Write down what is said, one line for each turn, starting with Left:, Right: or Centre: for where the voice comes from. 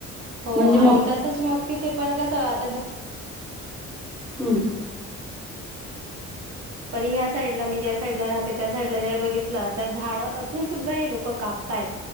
Right: हो
Centre: म्हणजे मग
Right: आणि तसच मग तिथे पण कसं आता? ध
Centre: हं.
Right: पण ह्या साईडला मी ज्या साईडला राहते त्या साईडला जर बघितलं, तर झाडं असून सुद्धा हे लोक कापतात.